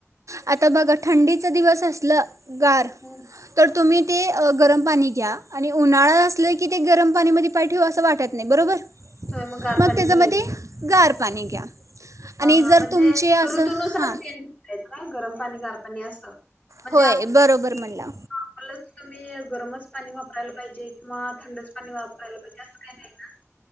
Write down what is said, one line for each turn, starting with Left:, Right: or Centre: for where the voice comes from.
Right: आता बघा थंडीचा दिवस असलं गार
Left: हम्म
Right: तर तुम्ही ते गरम पाणी घ्या आणि उन्हाळा असला की ते गरम पाणीमध्ये पाय ठेव असं वाटत नाही बरोबर
Left: होय गार
Right: मग
Left: पाणी
Right: त्याच्यामध्ये
Left: घ्यायचं
Right: गार पाणी घ्या. आणि
Left: हा हा
Right: जर
Left: म्हणजे
Right: तुमचे असं
Left: ऋतूनुसार
Right: हां
Left: चेंज करायचं का गरम पाणी कार पाणी असं. म्हणजे
Right: होय
Left: असं
Right: बरोबर
Left: काय
Right: म्हणला
Left: नॉर्मलच गरमच पाणी वापरायला पाहिजे किंवा थंडच पाणी वापरायला पाहिजे असं काही नाही ना.